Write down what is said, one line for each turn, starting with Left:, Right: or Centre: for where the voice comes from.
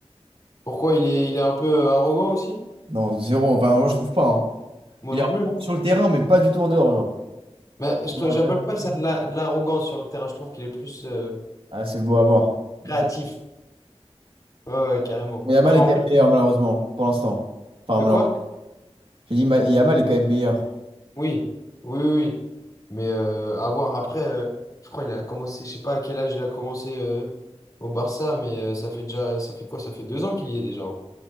Left: Pourquoi il est, il est un peu euh, arrogant aussi?
Right: Non, zéro, enfin, moi, je trouve pas, hein.
Left: Moi
Right: Il
Left: non
Right: est rentré
Left: plus.
Right: sur le terrain, mais pas du tout en dehors, genre.
Left: Mais je
Right: Je
Left: trou-
Right: me rappelle
Left: j'appelle
Right: plus
Left: pas
Right: de
Left: ça
Right: ça.
Left: de la- de l'arrogance sur le terrain, je trouve qu'il est plus euh,
Right: Ah, c'est beau à voir.
Left: créatif.
Right: C'est-
Left: Ouais, ouais, carrément.
Right: Mais Yamal
Left: Non, mais
Right: est
Left: en
Right: quand même
Left: plus,
Right: meilleur, malheureusement, pour l'instant. Enfin,
Left: de
Right: malheureusement.
Left: quoi?
Right: J'ai dit, Ma- Yamal est quand même meilleur.
Left: Oui, oui, oui. oui. Mais euh, à voir. Après, euh, je crois qu'il a commencé, je sais pas à quel âge il a commencé euh, au Barça, mais euh, ça fait déjà, ça fait quoi? Ça fait deux ans qu'il y est déjà. hein.